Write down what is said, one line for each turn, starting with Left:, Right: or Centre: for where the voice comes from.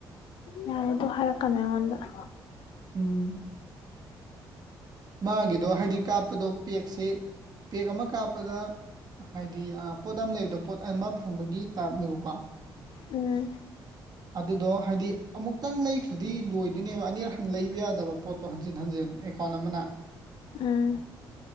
Left: ꯌꯥꯔꯦ ꯑꯗꯨ ꯍꯥꯏꯔꯛꯀꯥꯅꯨ ꯑꯩꯉꯣꯟꯗ <unintelligible>
Right: ꯎꯝ ꯃꯥꯒꯤꯗꯣ ꯍꯥꯏꯗꯤ ꯀꯥꯞꯄꯗꯣ ꯄꯦꯛꯁꯤ ꯄꯦꯛ ꯑꯃ ꯀꯥꯞꯄꯗ ꯍꯥꯏꯗꯤ ꯄꯣꯠ ꯑꯃ ꯂꯩꯕꯗ ꯄꯣꯠ ꯑꯃ ꯐꯪꯕꯒꯤ ꯇꯥꯏꯞꯅꯦꯕꯀꯣ
Left: ꯎꯝ
Right: ꯑꯗꯨꯗꯣ ꯍꯥꯏꯗꯤ ꯑꯃꯨꯛꯇꯪ ꯂꯩꯈ꯭ꯔꯗꯤ ꯂꯣꯏꯗꯣꯏꯅꯦꯕ ꯑꯅꯤꯔ ꯍꯟ ꯂꯩꯕ ꯌꯥꯗ <unintelligible> ꯄꯣꯠꯇꯣ ꯍꯟꯖꯤꯟ ꯍꯟꯖꯤꯟ ꯑꯦꯀꯥꯎꯟ ꯑꯃꯅ
Left: ꯎꯝ